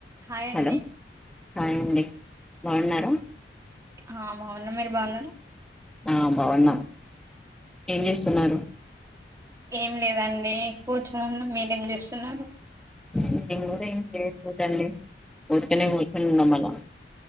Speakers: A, on the right; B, in the centre.
A: హాయ్ అండి
B: హలోండి బాగున్నారా
A: ఆ బాగుంద మీరు బాగున్న
B: ఆ బవన్నా ఏం చేస్తున్నారు
A: ఏం లేదండి అ ఎక్కువ చూడం మీరేం చూస్త చిన్న
B: బర ఏం లేూట అల్లి ఒటనే వచ్చం ఉన్నా మళ